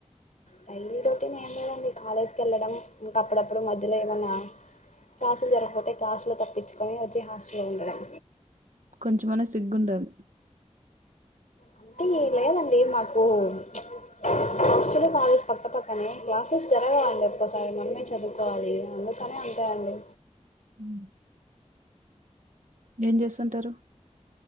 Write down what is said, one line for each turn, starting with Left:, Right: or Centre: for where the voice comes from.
Left: డైలీ రొటీన్ ఏం లేదండి కాలేజ్కి వెళ్ళడం ఇంక అప్పుడప్పుడు మధ్యలో ఏమన్నా క్లాసులు జరగకపోతే క్లాసులో తప్పించుకొని వచ్చి హాస్టల్లో ఉండడం
Right: కొంచెమనే సిగ్గుండాలి
Left: అంతే లేదండి మాకు ప్చ్ హస్టల్ కాలేజ్ పక్క పక్కనే క్లాసెస్ జరగావండి ఒక్కసారి మనమే చదువుకోవాలి అందుకనే అంతేయండి
Right: హ్మ్. ఏం చేస్తుంటారు